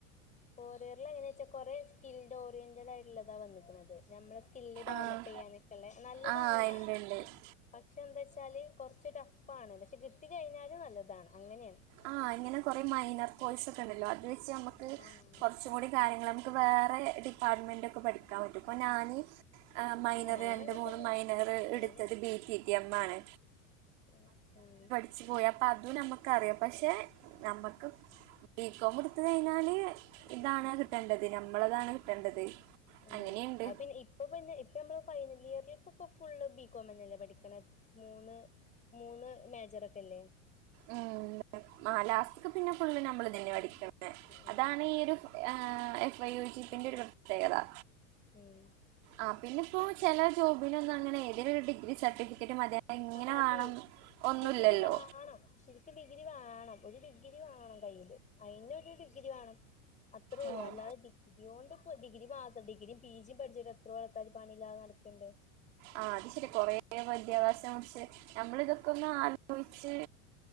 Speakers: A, on the left; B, on the right.
A: ഫോർഇയറിൽ എങ്ങനെ വെച്ചാ കൊറെ സ്കിൽഡ് ഓറിയന്റഡ് ആയിട്ടുള്ളതാ വന്നേക്കണത് നമ്മള- സ്കില് ഡെവലപ്പ്
B: ആഹ്
A: ചെയ്യാനക്കുള്ളേ നല്ലതാണ്
B: ആഹ് ഇണ്ട് ഇണ്ട്
A: പക്ഷെ എന്താ വെച്ചാല് കൊറച്ച് ടഫ് ആണ് പക്ഷെ കിട്ടി കഴിഞ്ഞാലും നല്ലതാണ് അങ്ങനെയാണ്
B: ആഹ് അങ്ങനെ കുറെ മൈനർ കോഴസ് ഒക്കെ ഉണ്ടല്ലോ അത് വെച്ച് നമ്മുക്ക്
A: ആഹ്
B: കുറച്ചും കൂടി കാര്യങ്ങൾ നമുക്ക് വേറെ ഡിപ്പാർട്ട്മെൻ്റ ഒക്കെ പഠിക്കാൻ പറ്റും ഇപ്പോൾ ഞാന് ആഹ് മൈനർ
A: ഞാനും
B: രണ്ട
A: അങ്ങനെ
B: മൂന്ന്
A: തന്നെ
B: മൈനർ
A: ഞാന്
B: എടുത്തത് ബി ടി എം ആണ്
A: ആഹ് അഹ്
B: ച്ച് പോയ അപ്പ അതും നമുക്കറിയാം പക്ഷെ നമുക്ക് ബികോം എടുത്തു കഴിഞ്ഞാല് ഇതാണ് കിട്ടേണ്ടത് നമ്മളതാണ് കിട്ടേണ്ടത്
A: ഉമ്
B: അങ്ങനെയുണ്ട്
A: അ പിന്നെ ഇപ്പൊ പിന്നെ ഇപ്പ നമ്മ ഫൈനൽ ഇയറിലൊക്ക ഫുള്ള് ബി കോംന്നല്ലേ പഠിക്കണത് മൂന്ന് മൂന്ന് മേജറ് ഒക്കെ ല്ലേ
B: ഉമ് ലാസ്റ്റക്ക് പിന്നെ ഫുള്ള് നമ്മൾ തന്നെ പഠിക്കുന്നത്
A: ഉം
B: അതാണ് ഈ ഒരു- ആഹ് എഫ് ഐ യു ജി <unintelligible> പ്രത്യേകതാ
A: ഉമ്
B: ആഹ് പിന്ന ഇപ്പോ ചില ജോബിനൊന്നന്ന് അങ്ങനെ ഏതെലൊരു ഡിഗ്രി സർട്ടിഫിക്കറ്റ് കിട്ടീട്ട് മതിം എങ്ങനെ
A: ആഹ് മതി
B: വേണം ഒന്നുല്ലല്ലോ
A: ഡിഗ്രി വാണം ശരിക്കും ഡിഗ്രി വേണം ഒരു ഡിഗ്രി വേണം കയ്യില് അയിന് ഒരു ഡിഗ്രി വേണം അത്രേ ഉള്ളൂ
B: ഉം.
A: അല്ലാതെ ഡിഗ്ര- യോണ്ട് ഡിഗ്രി മാത്രം ഡിഗ്രിയും പി ജിയും പഠിച്ചിട്ട്ത്രോ ആൾക്കാര് പണില്ലാതെ നടക്കുണ്ട്
B: ആഹ് അത് ശരി കൊറെേ വദ്യയാകാസം കുറിച്ച് നമ്മൾ ഇതൊക്കെ ഒന്ന് ആലോചിച്ച്